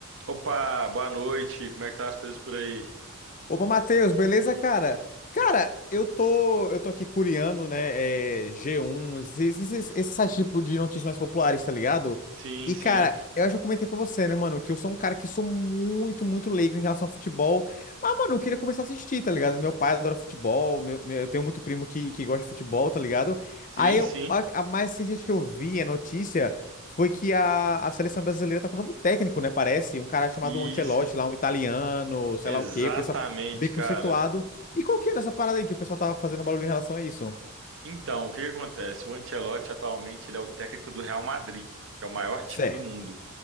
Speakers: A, on the right (about 60°); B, on the left (about 35°).
A: Opa, boa noite. Como é que tá as coisas por aí?
B: Opa, Matheus, beleza, cara? Cara, eu tô, eu tô aqui curiando, né, é, G1, esses, esses, esses sites tipo de notícias mais populares, tá ligado?
A: Sim,
B: E,
A: sim.
B: cara, eu acho que eu comentei pra você, né, mano, que eu sou um cara que sou muito, muito leigo em relação ao futebol. Mas, mano, eu queria começar a assistir, tá ligado? Meu pai adora futebol, meu, meu- eu tenho muito primo que, que gosta de futebol, tá ligado?
A: Sim,
B: Aí, eu-
A: sim.
B: a, a mais recente que eu vi, a notícia, foi que a, a seleção brasileira tá com um novo técnico, né, parece? Um cara chamado
A: Isso.
B: Ancelotti lá, um italiano, sei
A: Exatamente,
B: lá o quê bem
A: cara.
B: conceituado. E qual que é dessa parada aí que o pessoal tava fazendo barulho em relação a isso?
A: Então, o que que acontece? O Ancelotti atualmente ele é o técnico do Real Madrid, que é o maior time
B: Certo.
A: do mundo.